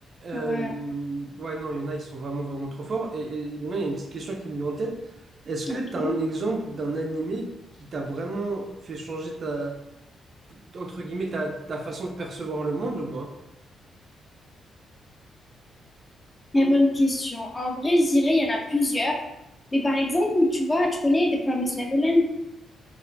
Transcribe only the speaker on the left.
ouais,
ok.
Très bonne question. En vrai, je dirais, il y en a plusieurs. Mais par exemple, tu vois, tu connais The Promised Neverland?